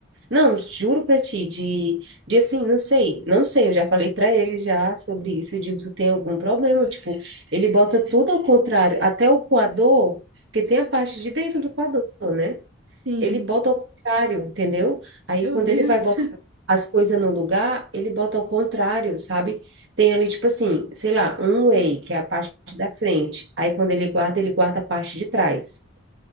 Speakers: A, on the right; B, on the right.
A: Não, juro pra ti, de, de assim, não sei, não sei, eu já falei pra ele já sobre isso. Eu digo, tu tem algum problema? Tipo, ele bota tudo ao contrário, até o coador, porque tem a parte de dentro do coador, né?
B: sim,
A: Ele bota ao contrário, entendeu? Aí
B: meu
A: quando
B: Deus,
A: ele vai botar as coisas no lugar, ele bota ao contrário, sabe? Tem ali, tipo assim, sei lá, um whey, que é a parte da frente. Aí quando ele guarda, ele guarda a parte de trás.